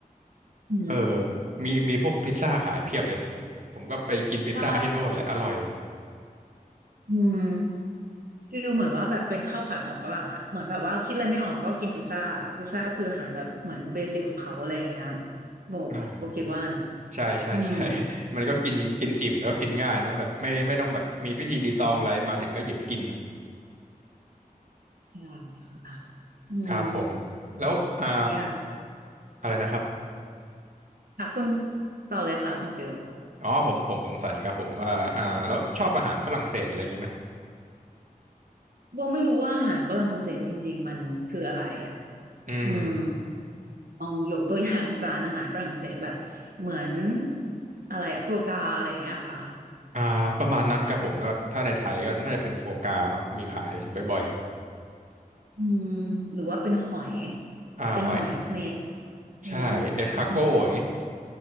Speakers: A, on the right; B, on the right.
A: อืม
B: เออมีมีพวกพิซซ่าขายเพียบเลยผมก็ไปกินพิซซ่าที่โน่นแหละอร่อย
A: ใช่อืมฟิลเหมือนว่าแบบเป็นข้าวผัดของฝรั่งอ่ะเหมือนแบบว่าคิดอะไรไม่ออกก็กินพิซซ่าพิซซ่าคืออาหารแบบเหมือนเบสิกของเขาอะไรอย่างเงี้ยโบโบคิดว่านะ
B: อ่าใช่ใช่ใช่
A: อืม
B: <laughs> มันก็กินกินอิ่มแล้วก็กินง่ายนะแบบไม่ไม่ต้องแบบมีพิธีรีตองอะไรมาถึงก็หยิบกิน
A: ใช่ค่ะอืม
B: ครับผมแล้วอ่า
A: อยาก
B: อะไรนะครับ
A: ค่ะคุณต่อเลยค่ะคุณฟิล
B: อ๋อผมผมสงสัยครับผมว่าอ่าแล้วชอบอาหารฝรั่งเศสอะไรอย่างนี้ไหม
A: โบไม่รู้ว่าอาหารฝรั่งเศสจริงๆมันคืออะไรอ่ะ
B: อืม
A: อืมลองยกตัวอย่างจานอาหารฝรั่งเศสแบบเหมือนอะไรอะฟรูกาอะไรอย่างเงี้ยเหรอค่ะ
B: อ่าประมาณนั้นครับผมแล้วก็ถ้าในไทยก็น่าจะเป็นโฟกาเนาะมีขายบ่อย
A: อืมหรือว่าเป็นหอย
B: ๆอ่าหอย
A: เป็นหอยสเนปใช่ไหม
B: ใช่เอสคาโก้อย่างนี้
A: อื